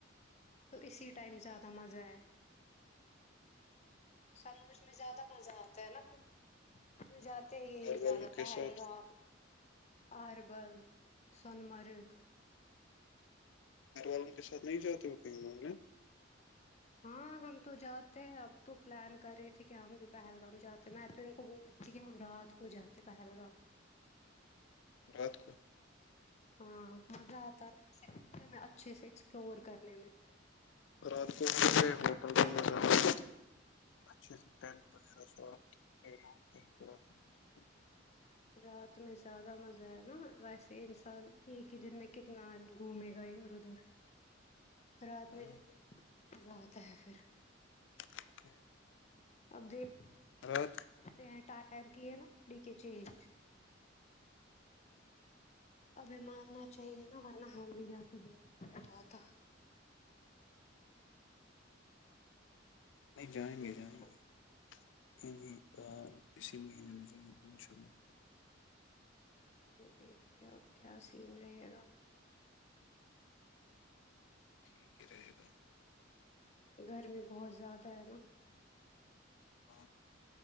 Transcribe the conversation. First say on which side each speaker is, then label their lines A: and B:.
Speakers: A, on the left; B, on the left.
A: تو اسی ٹائم زیادہ مزہ ہے سمرز میں زیادہ مزہ آتا ہے نا گھومنے <unintelligible> جاتے ہیں یہی
B: گھر والوں
A: زیادہ
B: کے
A: پہلگام
B: ساتھ
A: آربل سونمرگ
B: گھر والوں کے ساتھ نہیں جاتے ہو کہیں گھومنے
A: ہاں ہم تو جاتے ہیں اب تو پلان کر رہے تھے کہ ہم بھی پہلگام جاتے میں ہسبنڈ کو بول رہی ٹھیک ہے ہم رات کو جاتے ہیں پہلگام
B: رات کو
A: ہاں مزہ آتا نا ایسے گھومنے میں اچھے سے ایکسپلور کرنے میں
B: رات کو <inaudible> ہوٹل میں مزہ <inaudible> اچھے سے ٹینٹ وغیرہ سب <unintelligible>
A: رات میں زیادہ مزہ آیا نا ویسے انسان ایک ہی دن میں کتنا گھومے گا ادھر ادھر رات
B: ہیں
A: میں جب جانا ہے تو مزہ آتا ہے پھر
B: <unintelligible>
A: اب دیکھیں
B: رکھ
A: تے ہیں ٹائر کیے ہے نا ڈی کے چینج ابھی ماننا چاہیے نا ورنہ ہم بھی جاتے بولنے میں مزہ آتا
B: نہیں جائیں گے جائیں
A: اب
B: گے یعنی اسی مہینے میں جائیں گ انشاءاللہ
A: چلو دیکھتے ہو اب کیا سین رہے گا
B: ٹھیک ہی رہے گا
A: گرمی بہت زیادہ ہے نا
B: ہاں